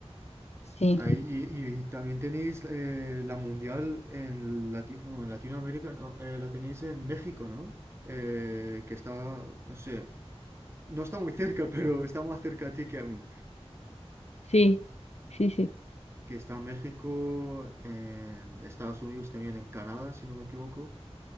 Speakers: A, on the left; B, on the right.
A: sí.
B: Ahí, y, y también tenéis eh, la mundial en, Lati- no, en Latinoamérica, no, eh, la tenéis en México, ¿no? Eh, que está, no sé, no está muy cerca, <laughs> pero está más cerca a ti que a mí.
A: Sí, sí, sí.
B: Que está en México, en Estados Unidos, también en Canadá, si no me equivoco.